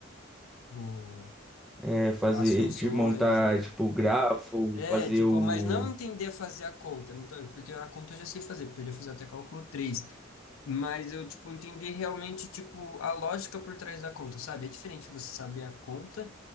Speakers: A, on the left; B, in the centre.
A: O-
B: É, fazer,
A: as funções,
B: de montar,
A: a-
B: tipo, grafo,
A: é,
B: fazer
A: tipo,
B: o...
A: mas não entender a fazer a conta, não tá- porque a conta eu já sei fazer, porque eu já fiz até cálculo três Mas eu, tipo, entender realmente, tipo, a lógica por trás da conta, sabe? É diferente você saber a conta,